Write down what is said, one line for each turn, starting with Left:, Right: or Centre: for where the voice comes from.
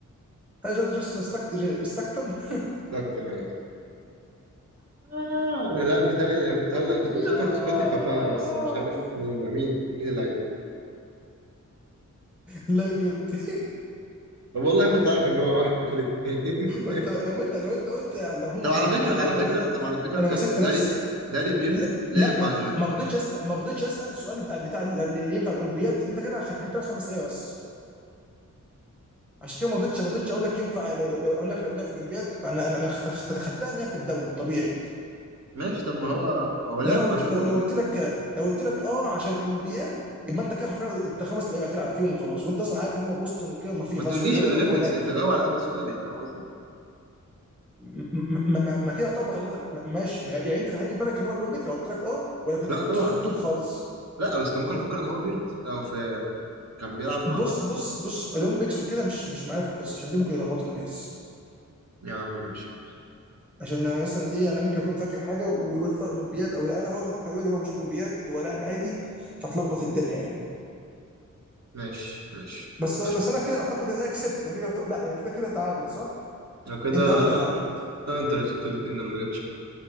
Centre: هل ده جاستن ستاكت- ستاكتون <laughs>
Right: اكتر حاجه آه أنا اللاعب بتاعي أنا كنت هقول أنا كنت بفكر
Centre: ياه!
Right: في سكوتي بابا بس مش عارف مين بقى مين مين اللعيب
Centre: لا بيبت <laughs>
Right: طب والله كنت عارف إن هو واحد من الاتنين
Centre: وانت لو انت لو انت قلت لو هم
Right: طب
Centre: حبتوا
Right: على فكرة
Centre: حاجه
Right: على
Centre: هبل
Right: فكرة
Centre: انا
Right: طب على فكرة
Centre: انا
Right: بجد
Centre: مسكت
Right: لاري
Centre: نفسي
Right: لاري بيرد
Centre: لا
Right: لعب
Centre: لا،
Right: مع
Centre: ما
Right: جوردن
Centre: ما رضيتش اسال ما رضيتش اسال السؤال بتاع بتاع اللي ينفع الاولمبياد انت كده خدت لك خمس اسئله بس عشان كده ما رضيتش ما رضيتش اقول لك ينفع لو لو لو- اقول لك لو لعب في الاولمبياد انا انا انا اخت- خدتها ان هي في الدوري الطبيعي
Right: ماشي طب ما هو ما هو لعب
Centre: لان انا قلت
Right: مع جوردن
Centre: لو لو قلت لك لو قلت لك اه عشان الاولمبياد يبقى انت كده حرفيا انت خمس لعيبه هتلعب فيهم وخلاص وانت اصلا عارف ان هم بوسطن وكده ما في
Right: ما
Centre: خلاص
Right: تقوليش
Centre: هو هو
Right: الأولمبيكس
Centre: ما هو لاعب
Right: أنت جاوب على قد سؤالي فاهم قصدي؟
Centre: م- م- ما, ما, ما كده يعتبر غلطك ماشي يعني انت كان هيجي في بالك ان هو الاولمبيك لو قلت لك اه ولا كنت
Right: لا
Centre: حطيته
Right: طبعا
Centre: حطيته خالص
Right: لا بس كان ممكن أفكر إن هو بيرد أو في يعني كان بيلعب
Centre: بص
Right: مع
Centre: بص بص اولمبيكس وكده مش مش معانا في القصه عشان دي ممكن يلخبطوا الناس
Right: يا عم ماشي
Centre: عشان انا مثلا ايه انا ممكن اكون فاكر حاجه ويطلع اولمبياد او لا انا بقعد افكر دلوقتي هو مش اولمبياد هو لاعب عادي فتلخبط الدنيا يعني
Right: ماشي ماشي
Centre: بس بس
Right: ماشي يا عم
Centre: انا كده اعتقد ان انا كسبت انا كده أعتقد- لا كده كده تعادل صح
Right: لو كده
Centre: انت واحد
Right: لا
Centre: انا واحد
Right: لا أنت اللي كسبت الاتنين أنا ما جبتش حد